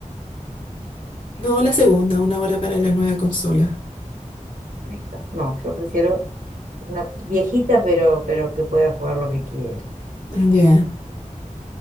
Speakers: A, on the left; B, on the right.
A: no, la segunda, una hora para la nueva consola.
B: Perfecto. No, yo prefiero una viejita, pero, pero que pueda jugar lo que quiera.
A: Ya.